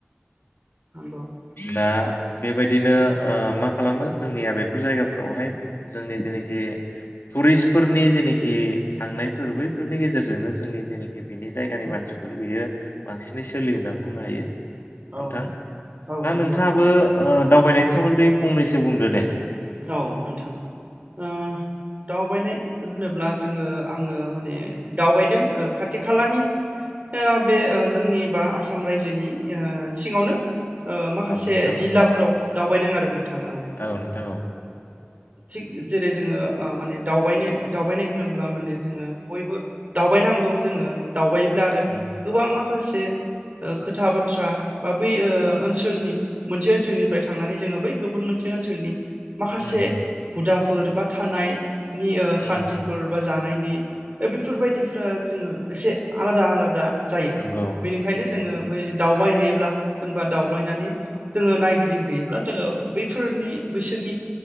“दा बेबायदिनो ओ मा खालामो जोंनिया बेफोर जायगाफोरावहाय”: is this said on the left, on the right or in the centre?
Left